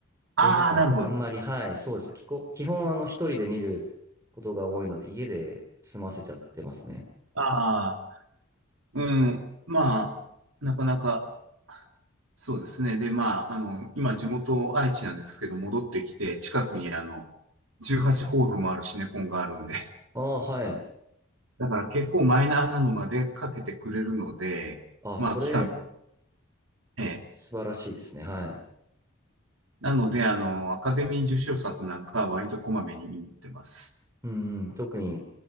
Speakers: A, on the right (about 75°); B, on the right (about 15°).
A: ああ、
B: 映画館ってあんまり、
A: なるほど。
B: はい、そうです。基本、基本あの一人で見ることが多いので家で済ませちゃってますね。
A: ああ、うん、まあ、なかなかそうですね。で、まあ、あの、今、地元愛知なんですけど、戻ってきて、近くにあの、18ホールもあるシネコンがあるんで、<laughs>
B: ああ、はい。
A: だから結構マイナーなのまでかけてくれるので、
B: あ、
A: まあ、
B: それ、
A: 期間、ええ。
B: 素晴らしいですね。はい。
A: なので、あの、アカデミー受賞作なんかは割とこまめに見に行ってます。
B: うんうん。特に、